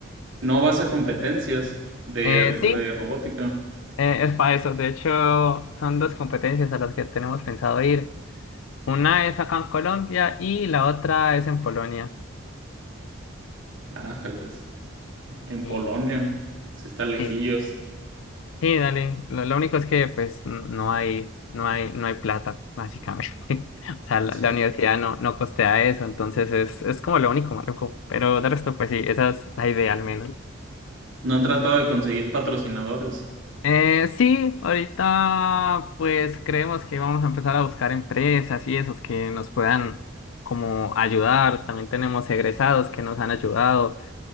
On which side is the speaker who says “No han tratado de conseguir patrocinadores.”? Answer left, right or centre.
Right